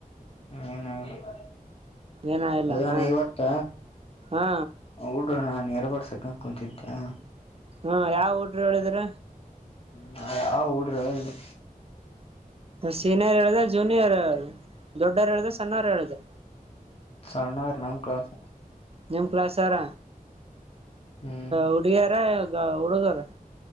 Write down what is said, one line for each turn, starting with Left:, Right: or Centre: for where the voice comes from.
Left: ಏನೂ ಇಲ್ಲ.
Right: ಏನ ಇಲ್ಲಾನ
Left: ಅದೇ ಇವತ್ತ
Right: ಹಾ
Left: ಹುಡ್ರ ನಾ <unintelligible> ಕುಂತಿದ್ಯಾ?
Right: ಹಾ ಯಾವ ಹುಡ್ರ್ ಹೇಳಿದ್ರ?
Left: ನಾ ಯಾವ ಹುಡ್ರ ಹೇಳಿದ್ರು.
Right: ಸೀನಿಯರ್ ಹೇಳಿದ್ದ ಜೂನಿಯರ್ ಹೇಳ ದೊಡ್ಡವರು ಹೇಳ್ದ ಸಣ್ಣವರು ಹೇಳುದ್ರ.
Left: ಸಣ್ಣೋರೊ ನಮ್ ಕ್ಲಾಸ್.
Right: ನಿಮ ಕ್ಲಾಸಾರ
Left: ಹ್ಮ್
Right: ಹುಡುಗಿಯಾರ ಹುಡುಗರ?